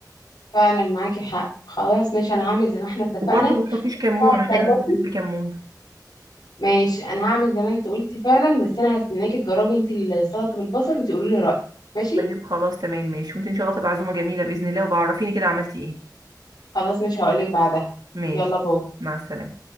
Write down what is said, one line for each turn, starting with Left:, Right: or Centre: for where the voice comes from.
Left: فعلا معاكي حق خلاص ماشي انا هعمل زي ما احنا اتفقنا
Right: وبرضه ما تحطيش كمون
Left: هستناكي
Right: عشان انا مش بحب الكمون
Left: ماشي انا هعمل زي ما انت قلتي فعلا بس انا هستناكي تجربي انت السلطه بالبصل وتقولي لي رايك ماشي
Right: طيب خلاص تمام ماشي وانت ان شاء الله تبقى عزومة جميلة بإذن الله وبعرفيني كده عملتي ايه
Left: خلاص مش هقولك بعدها
Right: ماشي
Left: يلا باي
Right: مع السلامة